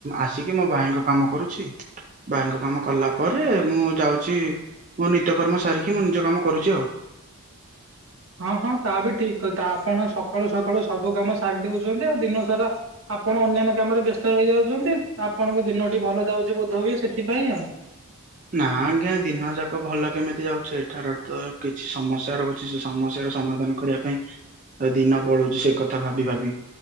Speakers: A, on the right (about 35°); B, on the right (about 60°).
A: ଆସିକି ମୋ ଭାଇଙ୍କ କାମ କରୁଛି। ଭାଇଙ୍କ କାମ କଲା ପରେ ମୁଁ ଯାଉଛି। ମୋ ନିତ୍ୟକର୍ମ ସାରିକି ମୁଁ ନିଜ କାମ କରୁଚି ଆଉ।
B: ହଁ ହଁ ତା ବି ଠିକ କଥା ଆପଣ ସକାଳୁ ସକାଳୁ ସବୁ କାମ ସାରି ଦଉଛନ୍ତି। ଆଉ ଦିନ ସାରା ଆପଣ ଅନ୍ୟାନ୍ୟ କାମରେ ବ୍ୟସ୍ତ ରହିଯାଉଛନ୍ତି। ଆପଣଙ୍କ ଦିନଟି ଭଲ ଯାଉଛି ବୋଧ ହୁଏ ସେଥିପାଇଁ ଆଉ।
A: ନା ଆଜ୍ଞା ଦିନ ଯାକ ଭଲ କେମିତି ଯାଉଛି। ଏଠାରେ ତ କିଛି ସମସ୍ୟା ରହୁ ଚି ସେ ସମସ୍ୟାର ସମାଧାନ କରିବା ପାଇଁ ଏ ଦିନ ପଳଉଛି ସେ କଥା ଭାବି ଭାବି।